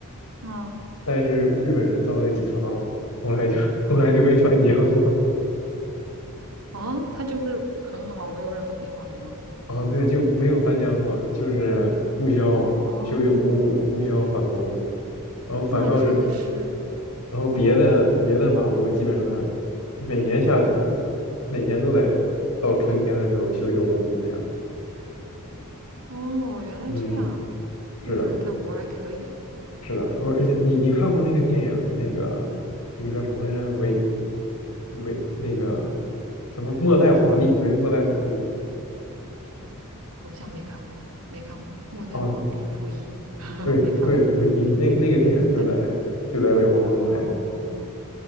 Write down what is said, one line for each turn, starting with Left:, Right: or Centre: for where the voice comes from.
Right: 嗯
Left: 但是日本人造那几条道，后来就 <laughs> 后来就没翻浆过，
Right: 啊，他就是很好，没有任何变化，对吗？
Left: 啊，对，就没有翻江过，就是不需要修修补补，
Right: 哦，
Left: 不需要返工，然后反倒是，
Right: 那真的是，
Left: 然后别的别的马路基本上每年下雪，每年都得到春天的时候修修补补一下。
Right: 哦，原来这样，
Left: 嗯，是的，
Right: 日本人干活儿还可以，
Left: 是的，而而且你你看过那个电影，那个这个叫什么来着？维维那个什么末代皇帝？对，末代皇帝。
Right: 好像没看过，没看过《末代皇帝溥仪》
Left: 哦，对对，
Right: <laughs>，没看过，
Left: 溥仪那那个电影就在就在伪皇宫拍的。
Right: 但哦，